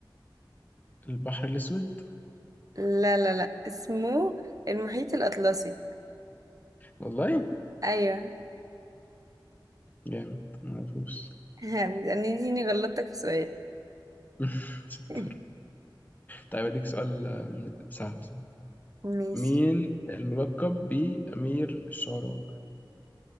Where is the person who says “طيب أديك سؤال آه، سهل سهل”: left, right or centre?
Left